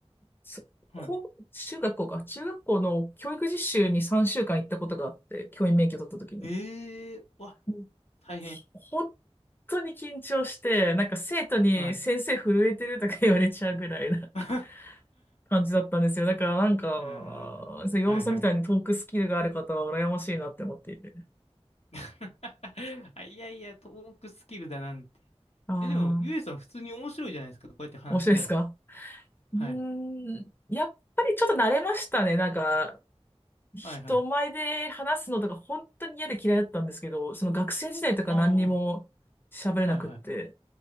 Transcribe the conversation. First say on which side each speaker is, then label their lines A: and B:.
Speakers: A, on the left; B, on the left.
A: そこう、
B: はい。
A: 中学校か。中学校の教育実習に3週間行ったことがあって、教員免許取った時に。
B: ええー、うわ、
A: うん
B: 大変。
A: ほ本当に緊張して、なんか生徒に先生震えてるとか言われちゃうぐらいな
B: はい。<laughs> あ
A: <laughs> 感じだったんですよ。だからなんか、
B: ーはいはい。
A: そう、要素みたいにトークスキルがある方は羨ましいなって思っていて。
B: <laughs> あ、いやいや、トークスキルだなんて。
A: ああ、
B: え、でも、ゆえさん普通に面白いじゃないですか。こうやって話してたら。
A: 面白いですか
B: はい。
A: うーん、やっぱりちょっと慣れましたね。なんか、人前で話すのとか本当に嫌で嫌いだったんですけど、
B: はいはい。
A: その学生時代とか何にも喋れなくって、
B: ああ、はいはい。